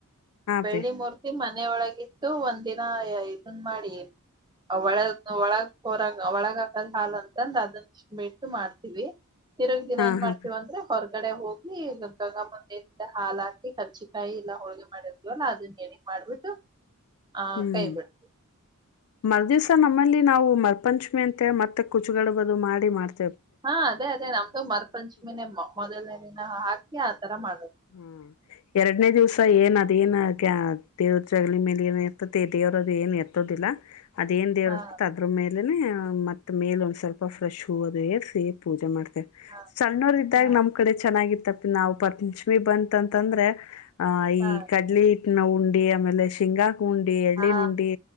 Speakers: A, on the left; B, on the right.
A: ಹಾ
B: ಬೆಳ್ಳಿ
A: ಪಿ
B: ಮೂರ್ತಿ ಮನೆ ಒಳಗಿತ್ತು ಒಂದಿನ ಇದಐನ್ ಮಾಡಿ ಒಳ ಒಳಗ ಹೊರಾಗ ಒಳಗ ಹಾಕದ ಹಾಲ್ ಅಂತಂದ ಅದನ್ನ ಬಿಟ್ಟು ಮಾಡ್ತೀವಿ ತಿರುಗ್ ದಿನ
A: ಹಾ
B: ಏನ್
A: ಹಾ
B: ಮಾಡ್ತತಿವ
A: ಪಿ
B: ಅಂದ್ರೆ ಹೊರಗಡೆ ಹೋಗಿ ಗಕಾಗ ಮುಂದೆ ಹಾಲ ಹಾಕಿ ಕರ್ಚಿಕಾಯಿ ಇಲ್ಲಾ ಹೋಳ್ಗೆ ಮಾಡಿರ್ದ್ವಲ್ಲ ಅದನ್ನ ಎಡಿ ಮಾಡ್ಬಿಟ್ಟು. ಆ
A: ಹ್ಮ್
B: ಕೈ ಬಿಡ್ತ
A: ಮರ್ದ. ನಮ್ಮಲ್ಲಿ ನಾವು ಮರ್ಪಂಚಮಿ ಅಂತ ಹೇಳಿ ಮತ್ತೆ ಕುಚ್ಗಡ್ಬು ಅದು ಮಾಡಿ ಮಾಡ್ತೀವಿ.
B: ಹಾ ಅದೇ ಅದೇ ನಮ್ದು ಮರಪಂಚಮಿನೇ ಮೊದಲನೇ ದಿನ ಹಾಕಿ ಆತರ ಮಾಡ.
A: ಹ್ಮ್. ಎರಡನೇ ದಿವ್ಸ ಏನ್ ಅದೇಏನ್ ದೇವ್ರ ಜಗಲೀ ಮೇಲೆ ಏನ್ ಇರ್ತತಿ ದೇವ್ರದು ಏನ್ ಇರ್ತ. ಅದೇಏನ್ ದೇವರು
B: ಹಾ
A: ಇರ್ತೇತಿ ಅದ್ರ ಮೇ. ಇಲ್ಲ ಮತ್ತ ಮೇಲ ಒಂದ್ ಸ್ವಲ್ಪ ಫ್ರೆಶ್ ಹೂ ಅದು ಏರಿಸಿ ಪೂಜೆ ಮಾಡ್ತ.
B: ಹಾ
A: ಸಣ್ಣವರ್ ಇದ್ದಾಗ
B: ಹಾ
A: ನಮ್ ಕಡೆ ಚೆನ್ನಾಗಿತ್ತಪ್ಪ ನಾವ್ ಪಪಂಚಮಿ ಬಂತಂತಂದ್ರೆ. ಆಹ ಈ
B: ಹಾ
A: ಕಡ್ಲಿ ಹಿಟ್ಟಿನ ಉಂಡಿ ಆಮೇಲೆ ಶೇಂಗಾ. ಉಂಡಿ ಎಳ್ಳಿನ
B: ಹಾ
A: ಉಂಡಿ